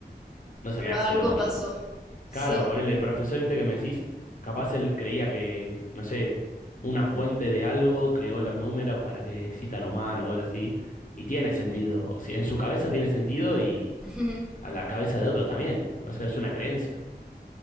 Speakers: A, on the left (about 50°); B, in the centre.
A: no se
B: Pero
A: me hace
B: algo
A: lógico.
B: pasó, sí.
A: Claro, ponele, el profesor este que me decís, capaz él creía que, no sé, una fuente de algo creó los números para que existan humanos o algo así, y tiene sentido. O sea, En su cabeza tiene sentido y
B: <laughs>
A: a la cabeza de otros también, o sea, es una creencia.